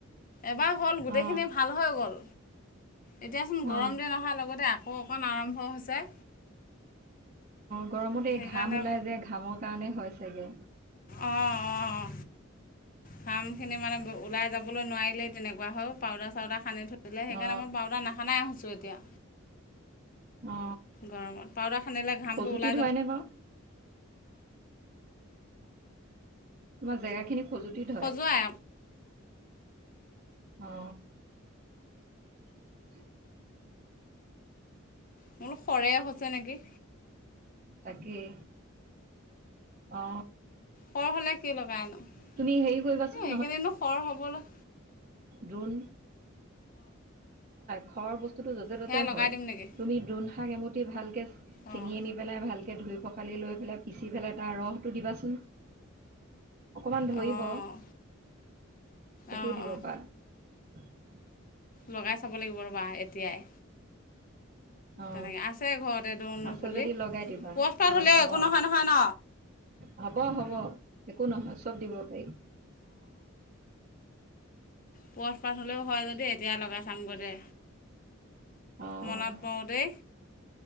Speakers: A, on the left (about 45°); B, on the right (about 35°).
A: এবাৰ হ'ল গোটেইখিনি
B: অ
A: ভাল হৈ গ'ল। এতিয়াচোন গৰম
B: অ
A: দিন অহাৰ লগতে আকৌ অকণ আৰম্ভ হৈছে।
B: গৰমতে
A: সেইকাৰণে
B: এই ঘাম ওলাই যে ঘামৰ কাৰণে হয় চাগে।
A: অ অ ঘামখিনি মানে ওলাই যাব নোৱাৰিলে তেনেুৱা হয় পউদাৰ চাউদাৰ সানি থো সেইকাৰণে
B: অ
A: মই পাউনাাৰ নাসানাই আহোছোঁ এতিয়া।
B: অ
A: গৰমত পাউদাৰ খান্দিলে ঘামটো
B: খজুতি
A: ওলাই
B: ধৰেনে
A: যাব।
B: বাৰু তোমাৰ জেগা খিনি খজুতি‌ ধৰে
A: খজুৱাই
B: অ। <inaudible>
A: বোলো খৰে হৈছে নেকি?
B: তাকেই অ
A: খৰ হ'লে কি লগাই নো এ
B: তুমি হেৰি কৰিবাচোন
A: সেইখিনিনো খৰ হবলে
B: দ্ৰণ খৰ বস্তুতটো য'তে ত'তে
A: সেয়া লগাই
B: হয়
A: দিম নেকি
B: তুমি দ্ৰুন শাক এমুঠি ভালকে
A: অঁ
B: চিঙি আনি পেলাই ভালকে ধুই পখালি লৈ পেলাই পিচি পেলাই তাৰ ৰসটো দিবাচোন। অকমান ধৰিব
A: অঁ
B: সেইটোও
A: অঁ
B: দিব
A: অঁ
B: পাৰা। <inaudible>
A: লগাই চাব লাগিব ৰ'বা এতিয়াই।
B: অ
A: তেনেকৈ আছে ঘৰতে দৌন
B: আছে
A: পুলি
B: যদি লগাই দিবা
A: পুৰঠপাত
B: অ
A: হ'লেও একো
B: অ।
A: নহয় নহয় ন
B: হব হ'ব একো নহয় চব দিব পাৰি।
A: বচ পাত হ'লেও হয় যদি এতিয়া লগাই চাম দে।
B: অঁ
A: মনত‌ পৰোতেই